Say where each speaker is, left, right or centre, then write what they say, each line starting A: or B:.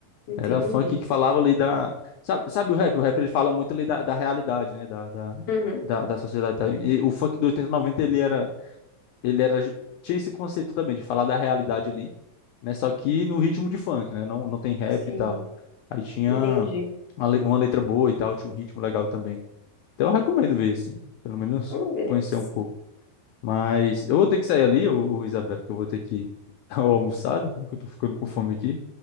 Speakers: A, on the left (about 65°); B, on the left (about 85°).
A: entendi.
B: Era funk que falava ali da... Sabe, sabe o rap? O rap ele fala muito ali da, da realidade, né? Da, da,
A: Uhum,
B: da, da sociedade. tá? E o funk do 80, 90 ele era, ele era... Tinha esse conceito também de falar da realidade ali, né? Só que no ritmo de funk, né? Não, não tem rap
A: sim,
B: e tal. Aí tinha
A: entendi.
B: uma le- uma letra boa e tal, tinha um ritmo legal também. Então eu recomendo ver, assim, pelo menos
A: Eu vou ver
B: conhecer
A: depois.
B: um pouco. Mas eu vou ter que sair ali, ô, ô Isabela, que eu vou ter que <laughs> dar o almoçado, que eu tô ficando com fome aqui.